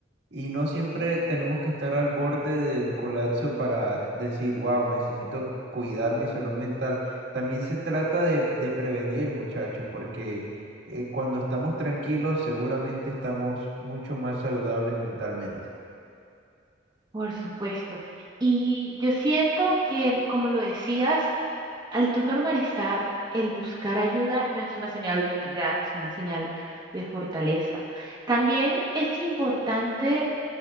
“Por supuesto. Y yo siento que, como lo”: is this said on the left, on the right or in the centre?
Right